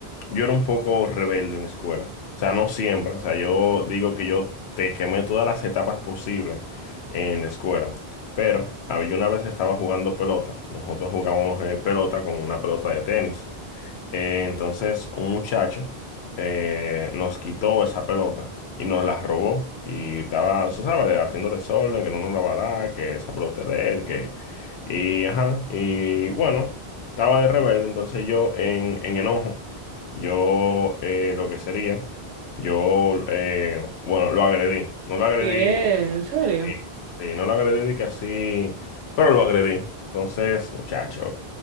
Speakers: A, on the left (about 80°); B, on the right (about 85°).
A: yo era un poco rebelde en la escuela. O sea, no siempre. O sea, yo digo que yo te quemé todas las etapas posibles en la escuela. Pero ah, yo una vez estaba jugando pelota. Nosotros jugábamos eh, pelota con una pelota de tenis. Eh, entonces, un muchacho eh, nos quitó esa pelota y nos la robó. Y estaba, tú sabes, haciendo desorden, que no nos la va a dar, que esa pelota es de él, que... Y, ajá, y bueno, estaba de rebelde. Entonces yo, en, en enojo, yo eh, lo que sería, yo, eh, bueno, lo agredí. No lo agredí
B: ¿Qué? ¿En serio?
A: Sí, sí, no lo agredí de que así, pero lo agredí. Entonces, muchacho,